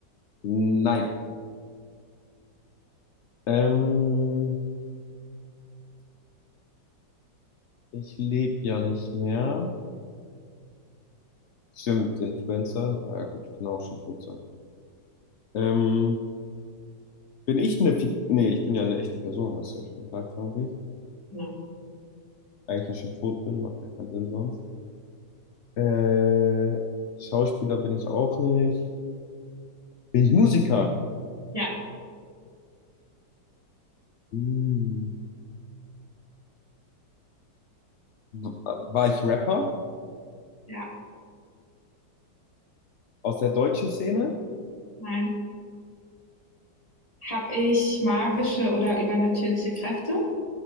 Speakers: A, on the left (about 55°); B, on the left (about 20°).
A: Nein. Ähm, ich lebe ja nicht mehr. Stimmt, Influencer. Ah, ja, gut, kann auch schon tot sein. Ähm, bin ich eine Fik Nee, ich bin ja eine echte Person, hast du ja schon gesagt, glaube ich.
B: Ja.
A: Da ich ja schon tot bin, macht ja keinen Sinn sonst. Äh, Schauspieler bin ich auch nicht. Bin ich Musiker?
B: Ja,
A: Hm. W- äh, War ich Rapper
B: ja,
A: aus der deutschen Szene?
B: nein. Hab ich magische oder übernatürliche Kräfte?